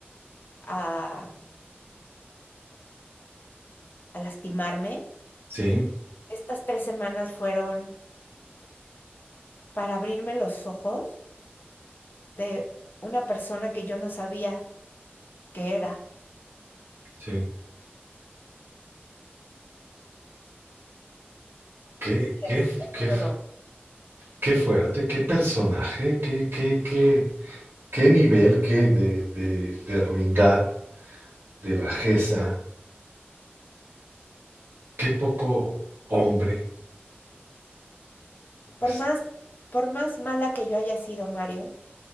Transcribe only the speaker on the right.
Sí.
Sí. Qué,
qué,
qué,
qué fuerte, qué personaje, qué, qué, qué, qué nivel qué de, de, de ruindad, de bajeza, qué poco hombre. Es-